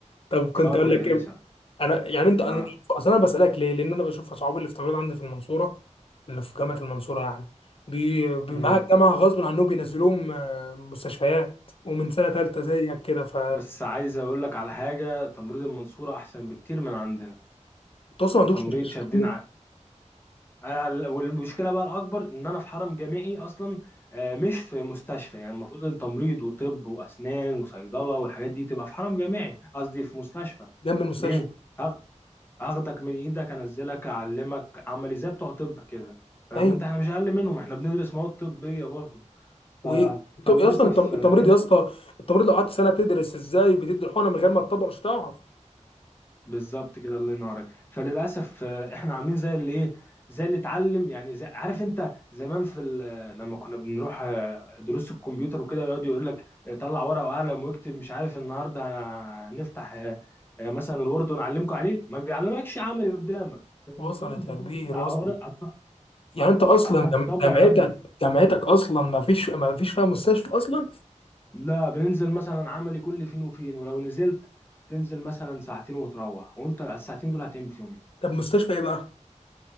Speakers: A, on the left (about 45°); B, on the left (about 15°).
A: طب
B: اتفضل
A: كنت اقول لك
B: يا باشا
A: ايه انا يعني انت
B: اه
A: انا اصل انا بسالك ليه لان انا بشوف اصحابي اللي في تمريض عندي في المنصوره اللي في جامعه المنصوره يعني بي... بي-
B: مم.
A: معاها الجامعه غصب عنهم بينزلوهم آه، مستشفيات ومن سنه ثالثه زيك كده ف
B: بس عايز اقول لك على حاجة تمريض المنصورة احسن بكتير من عندنا
A: انت اصلا
B: كتمريض
A: ما عندكش مستشفى
B: شادين
A: حكومي
B: ع... أنا- والمشكله بقى الاكبر ان انا في حرم جامعي اصلا آه، مش في مستشفى يعني المفروض ان تمريض وطب واسنان وصيدله والحاجات دي تبقى في حرم جامعي قصدي في مستشفى
A: جنب المستشفى
B: ليه هاخ- هاخدك من ايدك انزلك اعلمك عملي زي بتوع طب كده فاهم
A: أيوه.
B: انت احنا مش اقل منهم احنا بندرس مواد طبيه برضه ف...
A: و
B: فللاسف
A: طب اصلا التم- التمريض
B: آه،
A: يا اسطى التمريض لو قعدت سنه تدرس ازاي بتدي الحقنه من غير ما تطبق مش هتعرف
B: بالظبط كده الله ينورك فللاسف آه، احنا عاملين زي اللي ايه زي اللي اتعلم يعني زي عارف انت زمان في ال- لما كنا بنروح آه، دروس الكمبيوتر وكده يقعد يقول لك آه، طلع ورقه وقلم واكتب مش عارف النهارده هنفتح آه، آه، مثلا الوورد ونعلمكم عليه ما بيعلمكش عملي قدامك فبالنسبه
A: وصلت
B: له انت
A: يا
B: كده
A: كبير
B: واخد على
A: وصلت
B: ورق هتروح
A: يعني انت اصلا
B: هتروح
A: جم-
B: تطبق
A: جامعتك
B: يا معلم
A: جامعتك اصلا ما فيش ما فيش فيها مستشفى اصلا
B: لا بننزل مثلا عملي كل فين وفين ولو نزلت تنزل مثلا ساعتين وتروح وانت الساعتين دول هتعمل فيهم ايه
A: طب مستشفى ايه بقى